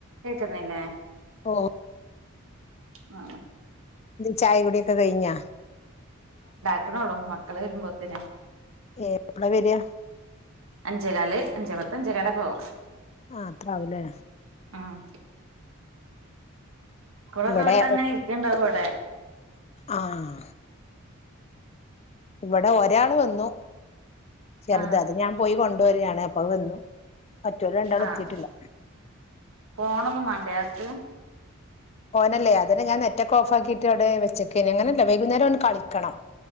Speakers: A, on the right (about 70°); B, on the left (about 30°).
A: കേക്കുന്നില്ലേ
B: ഓ
A: ആ
B: ചായ കുടി ഒക്കെ കഴിഞ്ഞാ
A: നക്കണള്ളോ മക്കളെ വരുമ്പോത്തനേ
B: ഏ എപ്പളാ വരിക
A: അഞ്ചേ കല് അഞ്ചേ പത്ത് അഞ്ചേ കാലോക്കെ ആവും
B: ആഹ് അത്രാവുല്ലേ
A: ആഹ് കുളൊക്കെ
B: ഇവിടെ
A: വിട്ട് അങ്ങനെ ഇരിക്കേണ്ടാവും അവിടെ
B: ആഹ് ഇവിടെ ഒരാൾ വന്നു ചെറുത്
A: ആഹ്
B: അത് ഞൻ പോയി കൊ ജോലി ആണേ അപ്പ വന്നു മറ്റോര് രണ്ടാളും
A: ആഹ്
B: എത്തിയിട്ടില്ല
A: ഫോണൊന്നും മണ്ട അയാക്ക്
B: ഫോനാല്ലേ അതിനെ ഞാൻ നെറ്റൊക്കെ ഓഫ്ക്കിയിട്ട് അവിടെ വെച്ചക്കെ അങ്ങനല്ല വൈകുന്നേരം ഒന് കളിക്കണം